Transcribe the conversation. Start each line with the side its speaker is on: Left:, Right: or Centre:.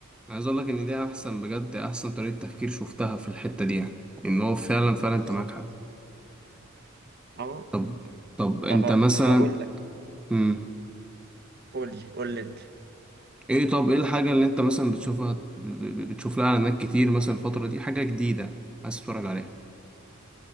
Centre: عايز اقول لك ان دي احسن بجد احسن طريقه تفكير شفتها في الحته دي يعني ان هو فعلا فعلا
Right: بالظبط
Centre: انت معاك حق
Right: أهو
Centre: طب طب انت
Right: طب
Centre: مثلا
Right: هقول لك
Centre: مم.
Right: قول لي قول لي أنت
Centre: ايه طب ايه الحاجة اللي انت مثلا بتشوفها ب- ب- بتشوف لها اعلانات كتير مثلا الفترة دي حاجة جديدة عايز تتفرج عليها